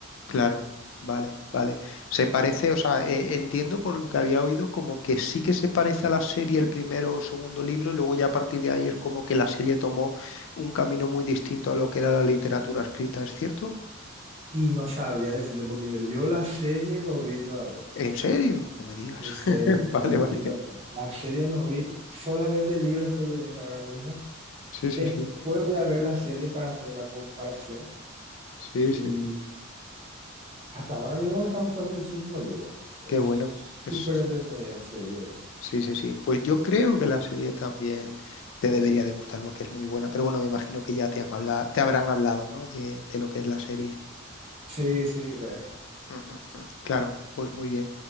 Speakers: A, on the left; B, on the right.
A: claro, vale, vale. Se parece, o sea, eh, entiendo por lo que había oído como que sí que se parece a la serie el primero o segundo libro y luego ya a partir de ahí es como que la serie tomó un camino muy distinto a lo que era la literatura escrita, ¿es cierto?
B: Y no sabría decirte porque yo la serie no vi todavía.
A: ¿En serio? No me digas.
B: En serio,
A: <laughs> Vale,
B: no
A: vale.
B: vi todavía. La serie no vi, solamente el libro estoy leyendo ahora mismo.
A: Sí,
B: Después
A: sí, sí.
B: voy a ver la serie para hacer una comparación.
A: Sí,
B: Y
A: sí, sí.
B: hasta ahora mismo me está gustando muchísimo el libro. Es
A: Qué bueno.
B: súper
A: Es...
B: entretenido, sí.
A: Sí, sí, sí. Pues yo creo que la serie también te debería de gustar porque es muy buena, pero bueno, me imagino que ya te han habla- te habrán hablado, ¿no? De, de lo que es la serie.
B: Sí, sí, re.
A: Mm, mm, mm. Claro, pues muy bien.